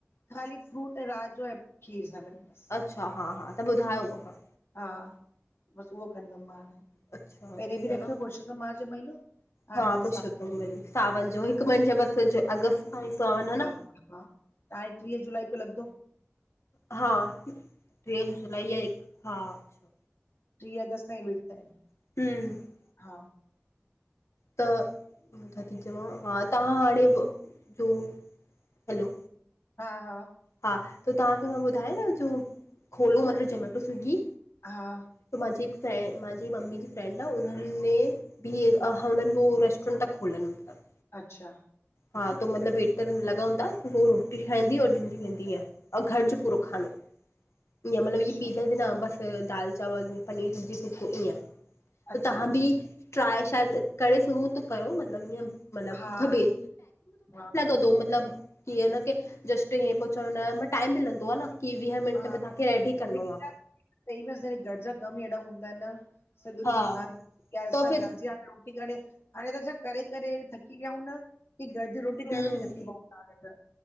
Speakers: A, on the left (about 65°); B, on the left (about 80°).
A: ख़ाली फ्रूट ऐं रात जो ऐं खीर सां गॾ बस।
B: अच्छा, हा हा त ॿुधायो उहा।
A: हा, बसि उहो कंदमि मां हाणे।
B: अच्छा
A: पहिले
B: सही
A: बि
B: आहे
A: रखियो
B: न
A: पुरषोतम माह जो महीनो, हाणे
B: हा
A: वरी
B: पुरुषोत्तम
A: सावण जो
B: वरी
A: महीनो।
B: सावन जो हिकु मिनजे बसि अगस्त सां ई सावन हा न।
A: हा त हाणे टीह जुलाई खों लॻिदो।
B: हा, टेईस जुलाई या एक हा। अच्छा।
A: ट्रीह अगस्त ताईं व्रत आहिनि।
B: ही
A: हा
B: त मां छा थी चवां हा तहां हाणे जो हलो
A: हा हा
B: हा त तहांखे मां ॿुधायांव जो खोलो मतलबु जमेटो, स्विगी
A: हा
B: त मांजी हिकु फें मांजी मम्मी जी फ्रेंड आ उन्हनि में बि ए ह हुन उ रेस्टोरेंट ता खोलनि मतिलब
A: अच्छा।
B: हा त मतिलब वेटर लॻंदा हो रोटी ठाइदी और ॾींदी वेंदीअं। अउं घर जो पूरो
A: अच्छा
B: खानो ईंय मतिलब
A: अच्छा
B: ई पिज़ा न बसि त दाल चावल पनीर जी फुलको ईअं
A: अच्छा
B: त तहां
A: अच्छा
B: बी ट्राए शायदि करे सघूं त कयो मतलबु इंय मतलबु
A: हा
B: फबे।
A: हा
B: तो मतिलबु ईंअं न कि जस्ट इयं पो चवनि ॾह टाइम भी लंगदो आ न। की वीह मिनंट
A: हा
B: में तव्हांखे रेडी करणो
A: लेकिन
B: आ।
A: सही में असांजा घर जा कम इ एॾा हूंदा इन न। सॼो ॾीहं
B: हा
A: थकान थी दी असां
B: त फिर
A: घर जी हाणे रोटी करे हाणे त अ छा करे करे थकी पियाऊूं न की घर जी रोटी करण
B: हम्म
A: बि थकी पऊ तां ॼण